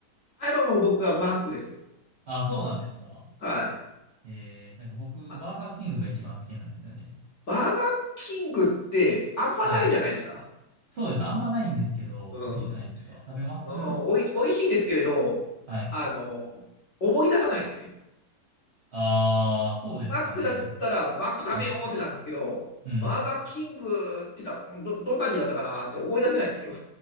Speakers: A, on the left (about 50°); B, on the right (about 60°).
A: あ、今もう僕はマックです。
B: あ、そうなんですか
A: はい。
B: えー、なんか僕、
A: あ、
B: バーガーキングが一番好きなんですよね。
A: バーガーキングってあんまないじゃないですか。
B: はい。そうです。あんまないんですけど、
A: うん。
B: 美味しくないですか食べます
A: うんおい、おいしいですけれど、
B: はい。
A: あの、思い出さないんですよ。
B: ああ、そうですかね。
A: マックだったら、マック食べようってなるんですけど、
B: うん。うん。
A: バーガーキングって言ったら、ど、どんな味だったかなって思い出せないんですよ。